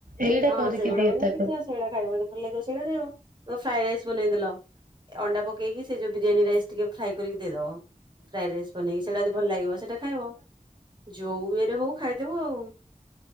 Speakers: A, on the right; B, on the right.
A: ଏଇଟା
B: ହଁ
A: କରିକି
B: ସେଇଗୁଡା
A: ଦିଏ
B: ବନେଇକି
A: ତାକୁ।
B: ଦିଅ। ସେଇଡ଼ା ଖାଇବ ଯଦି ଭଲ ଲାଗିବ ସେଇଡ଼ା ଖାଇବ ଧର ଫ୍ରାଏ ରାଇସ୍ ବନେଇଦେଲ ଅଣ୍ଡା ପକେଇ ସେ ଯୋଉ ବିରିୟାନୀ ରାଇସି ଟିକେ ଫ୍ରାଏ କରିକି ଦେଇଦବ ଫ୍ରାଏ ରାଇସ୍ ବନେଇକି ସେଇଟା ଯଦି ଭଲ ଲାଗିବ ସେଇଟା ଖାଇବ। ଯୋଉ ଇଏରେ ହଉ ଖାଇଦବୁ ଆଉ।